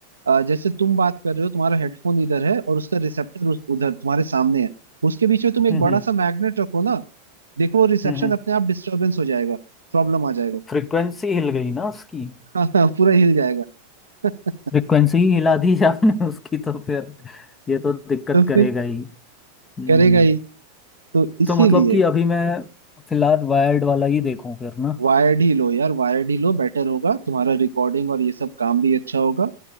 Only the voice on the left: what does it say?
हम्म
हम्म
हम्म
फ्रीक्वेंसी हिल गई ना उसकी
फ्रीक्वेंसी ही हिला दी <laughs> आपने उसकी तो फिर ये तो दिक्कत
करेगा
ही हम्म
तो मतलब कि अभी मैं फिलहाल वायर्ड वाला ही देखूं फिर ना